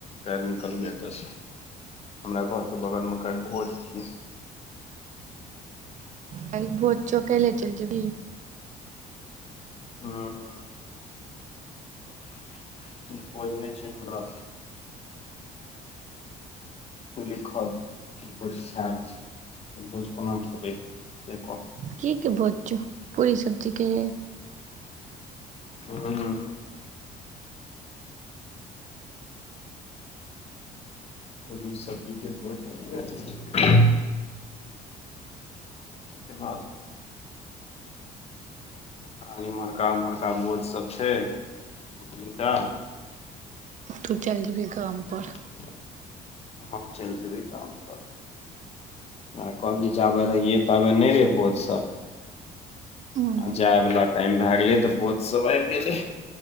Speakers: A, on the left; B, on the right.
A: कालि निकलबै एत बस <inaudible> हमरा घरके बगलमे कालि भोज छियै।
B: कालि भोज छौ कालिहे चैल जेभी?
A: हुं <inaudible> भोज नै छै हमरा लिखल बोझ खाएब, बोझ कोना खेबै से कह।
B: की के भोज छौ, पूरी सब्जीे के?
A: हूं उं। पूरी सब्जी के भोज छियै। तै के बाद आ एम्हरका -उम्हरका भोझ सब छै दू तीनटा।
B: तू चल जेबही काम पर।
A: <inaudible> हम चैल जेबै काम पर <inaudible> वैह कहबी जाबे रहियै ताबे नै रहै भोज सब।
B: हूं
A: आ जाइ बला टाइम भा गेलै त भोज सब आबि गेलै।